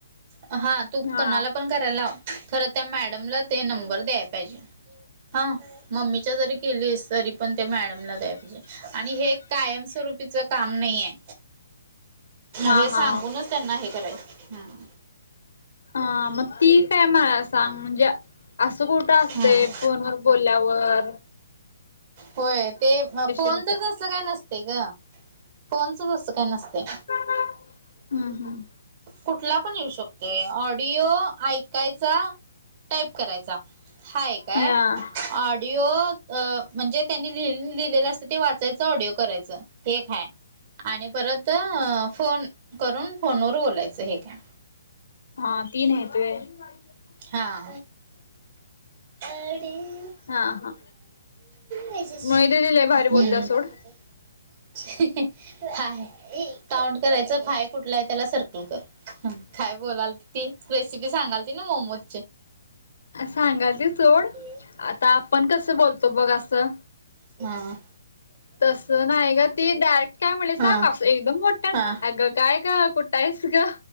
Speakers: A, on the right; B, on the left.
A: हा, तू
B: हा
A: कुणाला पण कराय लाव. खरं त्या मॅडमला ते नंबर द्याय पाहिजे, हा. मम्मीच्या जरी केलीस तरी, पण ते मॅडमला द्याय पाहिजे. आणि हे, कायमस्वरूपीच काम नाहीये.
B: हा
A: हे सांगूनच
B: हा
A: त्यांना हे करायचं, हां.
B: हा मग ती काय मला सांग म्हणजे, असं कुठं असतेय
A: हम्म
B: फोनवर बोल्यावर. वर.
A: होय, ते फोनचच
B: भेट
A: असं काय नसते गं, फोनचच असं काय नसते.
B: हम्म हम्म.
A: कुठला पण येऊ शकतोय, ऑडिओ ऐकायचा. टाईप करायचा, हा एक हाय.
B: हा
A: ऑडिओ म्हणजे, त्यांनी लि -लिहिलेलं असतं ते वाचायचं ऑडिओ करायचं. ते एक हाय, आणि परत फोन करून फोनवर बोलायचं हे एक हाय.
B: हा तीन हायत व्हयं. <unintelligible>
A: हां. आडियू
B: हा हा,
A: माझ्याशी
B: मयु दीदी लय भारी
A: हम्म
B: बोलत्या सोड.
A: <inaudible> हाय, काउंट करायचं फाय कुठलं आहे, त्याला सर्कल कर. काय बोलाल ती, रेसिपी सांगाल ती ना मोमोज.
B: सांगालती सोड,
A: थ्री
B: आता आपण कस बोलतो बघ असं.
A: आ...
B: तसं नाही गं, ती डायरेक्ट काय म्हणली सांग,
A: हा
B: एकदम मोठ्यान
A: हा
B: काय गं, काय कुठं. कुठं हायस गं